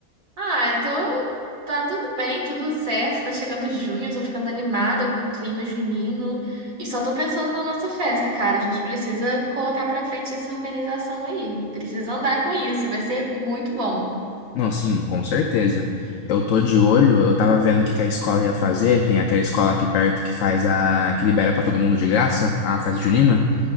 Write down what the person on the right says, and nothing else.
Ah, eu tô. Tá tudo bem, tudo certo. Tá chegando junho, eu tô ficando animada com o clima junino. E só tô pensando na nossa festa, cara. A gente precisa colocar pra frente essa organização aí. Precisa andar com isso, e vai ser muito bom.